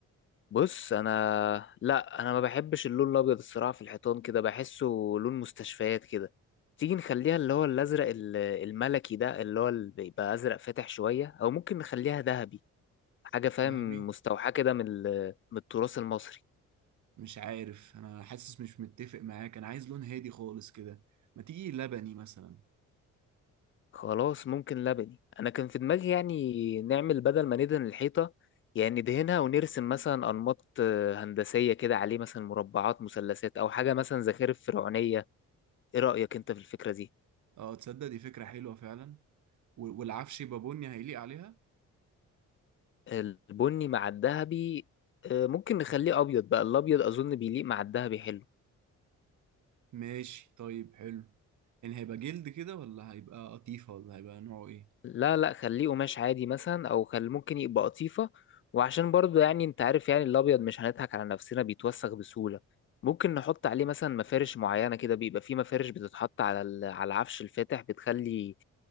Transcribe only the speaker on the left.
بص انا لا انا ما بحبش اللون الابيض الصراحه في الحيطان كده بحسه لون مستشفيات كده تيجي نخليها اللي هو الازرق ال- الملكي ده اللي هو اللي بيبقى ازرق فاتح شويه او ممكن نخليها ذهبي حاجه فاهم
مستوحاه كده من ال- من التراث المصري
خلاص ممكن لبني انا كان في دماغي يعني نعمل بدل ما ندهن الحيطه يعني ندهنها ونرسم مثلا انماط آه، هندسيه كده عليه مثلا مربعات مثلثات او حاجه مثلا زخارف فرعونيه ايه رايك انت في الفكره دي
البني مع الذهبي آه، ممكن نخليه ابيض بقى الابيض اظن بيليق مع الذهبي حلو
لا لا خليه قماش عادي مثلا او خل ممكن يبقى قطيفة وعشان برضو يعني انت عارف يعني الابيض مش هنضحك على نفسنا بيتوسخ بسهولة ممكن نحط عليه مثلا مفارش معينة كده بيبقى فيه مفارش بتتحط على ال- على العفش الفاتح بتخلي